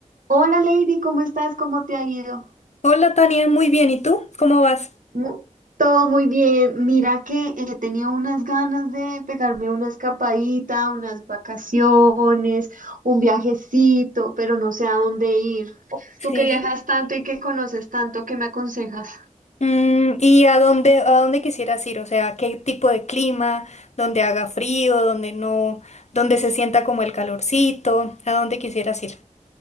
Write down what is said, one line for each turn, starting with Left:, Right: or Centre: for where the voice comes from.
Right: Hola Lady, ¿cómo estás? ¿Cómo te ha ido?
Left: Hola Tania, muy bien. ¿Y tú? ¿Cómo vas?
Right: Mu- todo muy bien. Mira que he tenido unas ganas de pegarme una escapadita, unas vacaciones, un viajecito, pero no sé a dónde ir. Tú
Left: Sí.
Right: que viajas tanto y que conoces tanto, ¿qué me aconsejas?
Left: Mm, ¿y a dónde, a dónde quisieras ir? O sea, ¿qué tipo de clima? ¿Dónde haga frío? ¿Dónde no? ¿Dónde se sienta como el calorcito? ¿A dónde quisieras ir?